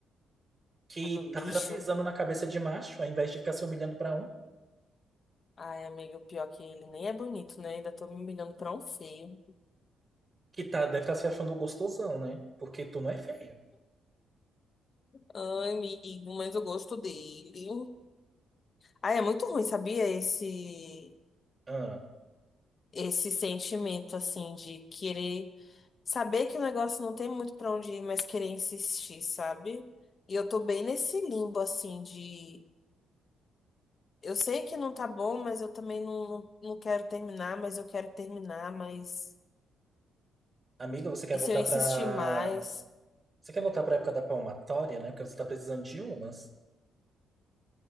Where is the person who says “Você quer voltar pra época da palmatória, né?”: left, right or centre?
Right